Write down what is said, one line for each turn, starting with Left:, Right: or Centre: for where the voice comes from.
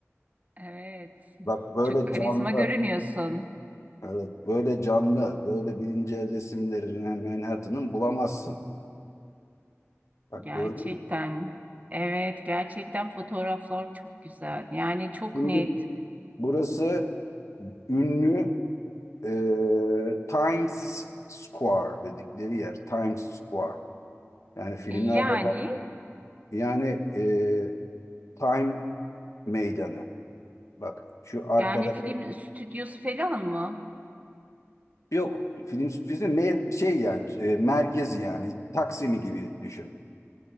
Right: Evet.
Left: Bak böyle
Right: Çok karizma
Left: canlı,
Right: görünüyorsun.
Left: evet, böyle canlı, böyle bilince resimlerini Manhattan'ın bulamazsın. Bak
Right: Gerçekten.
Left: gördün mü?
Right: Evet, gerçekten fotoğraflar çok güzel. Yani çok
Left: Şimdi
Right: net.
Left: burası ünlü e, Times Square dedikleri yer. Times Square. Yani filmlerde
Right: E, Yani
Left: falan- yani e, Time Meydanı. Bak şu arkada
Right: yani film stüdyosu falan mı?
Left: yok film stüdyosu me- şey yani e, merkezi yani Taksim'i gibi düşün.